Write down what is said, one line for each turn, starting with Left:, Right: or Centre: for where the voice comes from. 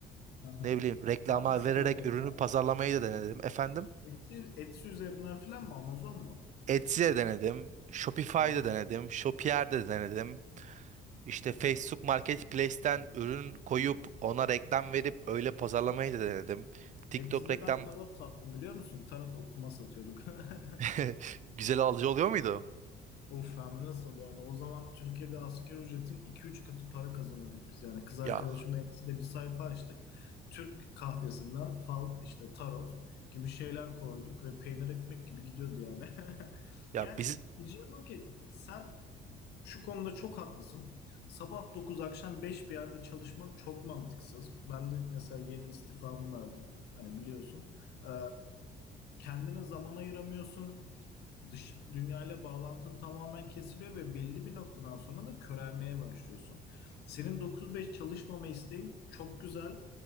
Left: Aha.
Right: Ne bileyim reklama
Left: Hangisi
Right: vererek
Left: üzerinden?
Right: ürünü pazarlamayı da denedim. Efendim?
Left: Etsy, Etsy üzerinden filan mı? Amazon mu?
Right: Etsy'de denedim. Shopify'da
Left: Aha.
Right: denedim. Shopier'de denedim. İşte Facebook Marketplace'ten ürün koyup ona reklam verip öyle pazarlamayı da denedim. TikTok
Left: Etsy'de
Right: reklam
Left: ben tarot sattım biliyor musun? Tarot okuma satıyorduk. <laughs>
Right: <laughs> güzel alıcı oluyor muydu?
Left: Of hem nasıl yani o zaman Türkiye'de asgari ücretin iki üç katı para kazanıyorduk biz yani kız arkadaşımla
Right: Ya
Left: Etsy'de bir sayfa açtık. Türk kahvesinden fal işte tarot gibi şeyler koyduk ve peynir ekmek gibi gidiyordu yani. <laughs>
Right: ya
Left: Yani
Right: biz
Left: diyeceğim o ki sen Şu konuda çok haklısın. Sabah 9 akşam 5 bir yerde çalışmak çok mantıksız. Ben de mesela yeni istifamı verdim. Hani biliyorsun. Ee, kendine zaman ayıramıyorsun. Dış dünyayla bağlantın tamamen kesiliyor ve belli bir noktadan sonra da körelmeye başlıyorsun. Senin 9-5 çalışmama isteğin çok güzel